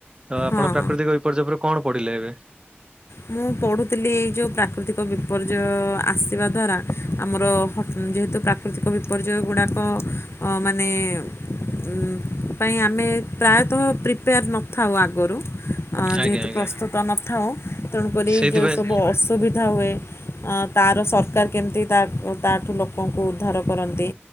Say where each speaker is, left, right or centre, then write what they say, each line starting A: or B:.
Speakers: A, on the right; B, on the left.
A: ଅ ଆପଣ
B: ହଁ
A: ପ୍ରାକୃତିକ ବିପର୍ଯ୍ୟ ଉପରେ କଣ ପଡ଼ିଲା ଏବେ?
B: ମୁଁ ପଢ଼ୁଥିଲି, ଏଇ ଯଉ ପ୍ରାକୃତିକ ବିପର୍ଯ୍ୟୟ ଆସିବା ଦ୍ଵାରା, ଆମର ହ ଯେହେତୁ କା ପ୍ରାକୃତିକ ବିପର୍ଯ୍ୟୟ ଗୁଡ଼ାକ ମାନେ ଉଁ ପାଇଁ, ଆମେ ପ୍ରାୟତଃ ପ୍ରିପେୟାର୍ ନଥାଉ ଆଗରୁ ଅଁ ଯେହେତୁ
A: ଆଜ୍ଞା ଆଜ୍ଞା
B: ପ୍ରସ୍ତୁତ ନଥାଉ, ତେଣୁକରି
A: ସେଇଥିପାଇଁ
B: ଯଉ ସବୁ ଅସୁବିଧା ହୁଏ ଅଁ, ତାର ସରକାର କେମିତି ତା ତାଠୁ ଲୋକଙ୍କୁ ଉଦ୍ଧାର କରନ୍ତି